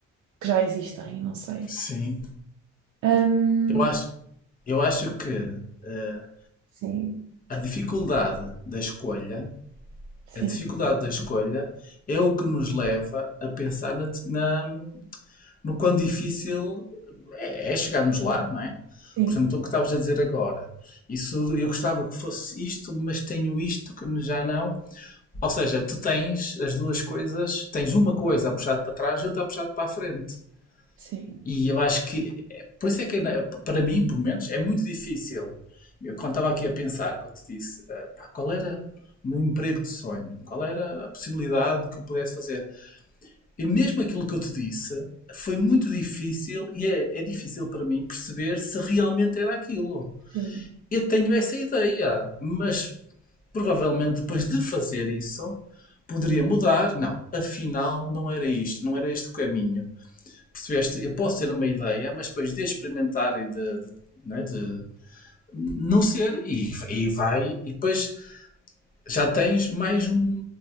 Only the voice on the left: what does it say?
sim.
Eu acho, eu acho que eh,
a dificuldade da escolha,
a dificuldade da escolha é o que nos leva a pensar na, na- no quão difícil é, é chegarmos lá, não é?
Por exemplo, então, o que estavas a dizer agora. Isso, eu gostava que fosse isto, mas tenho isto que já não. Ou seja, tu tens as duas coisas, tens uma coisa a puxar para trás e outra a puxar para a frente.
E eu acho que, é, por isso é que na- para mim, pelo menos, é muito difícil. Eu quando estava aqui a pensar, quando te disse, ah, pá, qual era o meu emprego de sonho? Qual era a possibilidade que eu pudesse fazer? E mesmo aquilo que eu te disse foi muito difícil e é, é difícil para mim perceber se realmente era aquilo.
Eu tenho essa ideia, mas provavelmente depois de fazer isso poderia mudar. Não, afinal não era isto, não era este o caminho. Percebeste? Eu posso ter uma ideia, mas depois de experimentar e de, de, né, de não ser, e, e vai, e depois já tens mais um.